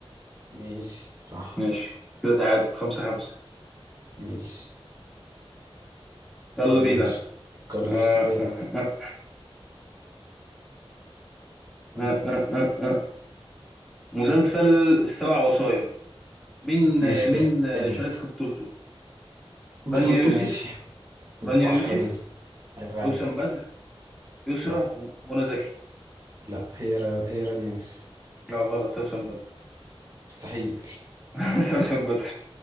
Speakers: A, on the right; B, in the centre.
A: ماشي صح
B: ماشي كده تعادل خمسة خمسة
A: ماشي
B: يلا
A: اسأل
B: بينا
A: يا باشا فكر لي
B: آه
A: في سؤال
B: آه آه
A: م.
B: آه آه آه. آه. مسلسل السبع وصايا مين
A: ماشي جامد
B: مين شارك في بطولته رانيا
A: بطولته
B: يوسف
A: ماشي
B: رانيا
A: صح
B: يوسف
A: راني يوسف عيب عليك
B: سوسن بدر يسرى
A: لا
B: ومنى زكي
A: لا هي را... هي راني يوسف
B: لا غلط سوسن بدر
A: مستحيل
B: <laughs> سوسن بدر